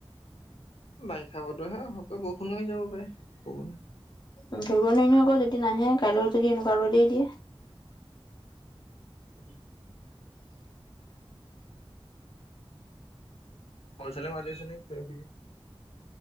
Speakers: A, on the left (about 80°); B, on the left (about 45°).
A: বাৰিষা বতৰ হে সৰহকে বৰষুণ আহি যাব পাৰে ক'বলে।
B: ধৰিব নোৱাৰে নোৱাৰি নহয় আকৌ যদি নাহে কাইলৈও যদি এনেকুৱ আৰু দেই দিয়ে।
A: উম, কচল মাৰিছে নে কি?